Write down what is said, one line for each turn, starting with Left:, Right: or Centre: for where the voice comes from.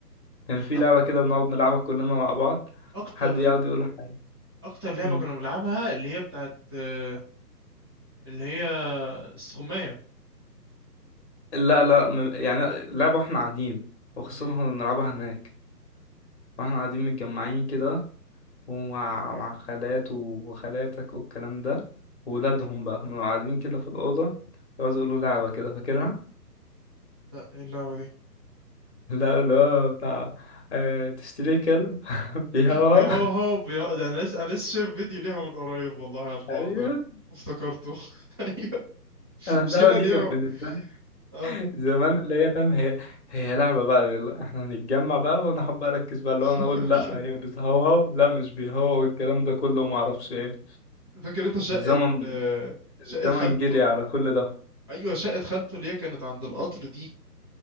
Left: كان في
Right: أك-
Left: لعبة كده بنقعد نلعبها كلنا مع بعض
Right: اكتر
Left: حد يقعد يقول حاجة
Right: اكتر لعبة
Left: مم.
Right: كنا بنلعبها اللي هي بتاعت آه، اللي هي السخمية
Left: لا لا م- يعني لعبة واحنا قاعدين وخاصة
Right: مم.
Left: كنا بنلعبها هناك واحنا قاعدين متجمعين كده ومع مع خالات وخالاتك والكلام ده وولادهم
Right: ايه ده
Left: بقى كنا قاعدين كده في الأوضة يقعدوا يقولوا لعبة كده فاكرها
Right: لا ايه اللعبة دي
Left: لا لا بتاع آه، تشتري كلب <laughs> بيهوهو
Right: بيهوهو بيهو ده انا لسه انا لسه شايف فيديو ليها من قريب والله على الحوار
Left: ايوه
Right: ده افتكرته <laughs> ايوه
Left: انا اللعبه
Right: مشكلة
Left: دي
Right: ان هي
Left: كانت بالنسبه
Right: اه
Left: زمان اللي هي فاهم هي هي لعبة بقى يلا احنا هنتجمع بقى وانا حابة اركز بقى اللي هو
Right: <laughs>
Left: انا اقول لا
Right: ايوه
Left: هي بتهوهو لا مش بيهوهو والكلام ده كله وما اعرفش ايه
Right: فاكر انت شقة
Left: الزمن
Right: آه، شقة
Left: الزمن
Right: خالته
Left: جري على كل ده
Right: ايوه شقة خالته اللي هي كانت عند القطر دي